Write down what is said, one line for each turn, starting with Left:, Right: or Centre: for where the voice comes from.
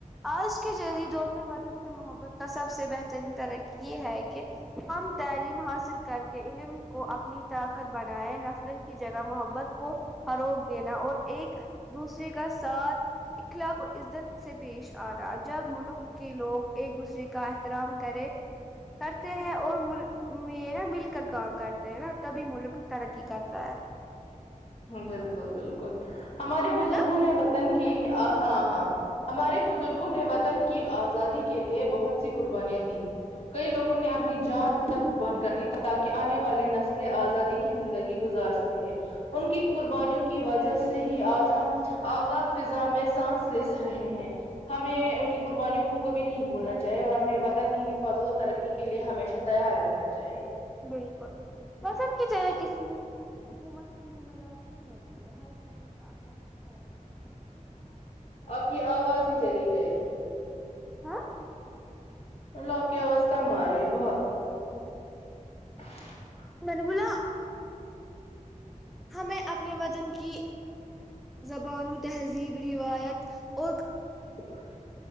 Centre: آج کے جریعے دور میں وطن سے محبت کا سب سے بہترین ترقی یہ ہے کہ ہم تعلیم حاصل کر کے علم کو اپنی طاقت بنائے نفرت کی جگہ محبت کو فروغ دینا اور ایک دوسرے ساتھ اخلاق عزت سے پیش آ رہا جب ملک کہ لوگ ایک دوسرے کا احترام کرے کرتے ہیں اور مل یہ نا مل کر کام کرتے ہیں نا تبھی ملک ترقی کرتا ہے
Left: بالکل بالکل ہمارے بزرگوں
Centre: ہے نا
Left: نے وطن کی ہاں ہاں ہمارے بزرگوں نے وطن کی آزادی کے لیے بہت سی قربانیاں دی ہیں کئی لوگوں نے اپنی جان تک قربان کر دی تاکہ آنے والے نسلیں آزادی کی زندگی گزار سکے سکے ان کی قربانیوں کی وجہ سے ہی آج ہم آزاد فضا میں سانس لے سہ رہے ہیں ہمیں ان کی قربانیوں کو کبھی نہیں بھولنا چاہیے اور اپنے وطن تن کی حفاظت اور ترقی کے لیے ہمیشہ تیار رہنا چاہیے
Centre: بالکل پسند کی چرہ کسی حکومت کی ذمہ داری نہیں ہوتی ہے ہر شہری کا اپنا حصہ ہوتا ہے ایک شہر
Left: آپ کی آواز ہی چلی گئی
Centre: ہاں
Left: مطلب آپکی آواز کم ارہی ہے بہت <inaudible>
Centre: میں نے بولا ہمیں اپنے وطن کی زبانوں تہذیب روایت اور
Left: <inaudible>